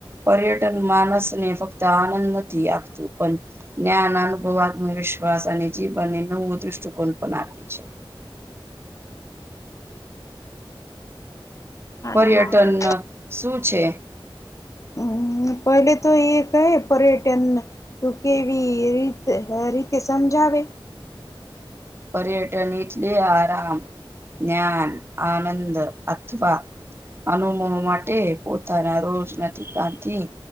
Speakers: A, on the right (about 25°); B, on the left (about 35°).
A: પર્યટન માણસને ફક્ત આનંદ નથી આપતું પણ જ્ઞાન અનુભવ આત્મવિશ્વાસ અને જીવનને નવો દ્રષ્ટિકોણ પણ આપે છે.
B: હા
A: પર્યટન
B: ના હા ના
A: શું છે.
B: હમ પહેલે તો એક હ પર્યટન તું કેવી રીત રીતે સમજાવે
A: પર્યટનલે આરામ જ્ઞાન આનંદ અથવા અનુમ માટે પોતાના રોજ નથી કથી